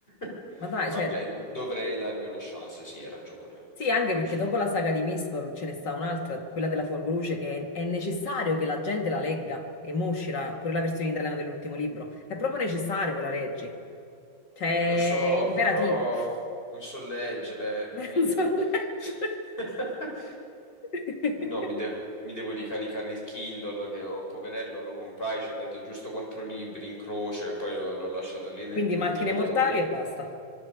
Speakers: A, on the left; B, on the left.
A: <laughs>
B: Ma dai,
A: Vabbè,
B: cioè,
A: dovrei dargli una chance, sì, hai ragione.
B: Sì, anche
A: Lo
B: perché
A: so.
B: dopo la saga di Mistborn ce ne sta un'altra, quella della Folgoluce, che è è necessario che la gente la legga e mo uscirà pure la versione italiana dell'ultimo libro. È proprio necessario che la leggi. Cioè,
A: Lo so,
B: è imperativo.
A: però non so leggere,
B: <laughs>
A: capi?
B: Penso di leggere.
A: <laughs>
B: <laughs>
A: No, mi, de- mi devo ricaricare il Kindle che ho, poverello, lo comprai, ci ho letto giusto quattro libri in croce e poi l'ho l'ho lasciato lì nel
B: Quindi
A: dimenticatoio.
B: macchine mortali e basta.